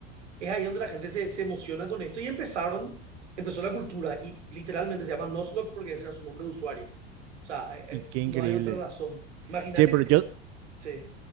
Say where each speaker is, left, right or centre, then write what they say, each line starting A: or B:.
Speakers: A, on the right (about 85°); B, on the right (about 45°).
A: es ahí donde la gente se, se emociona con esto y empezaron, empezó la cultura y literalmente se llama Nuzlocke porque ese era su nombre de usuario. O sea, eh, eh,
B: y qué increíble.
A: no hay otra razón. Imagínate,
B: Sí, pero
A: eh,
B: yo,
A: sí.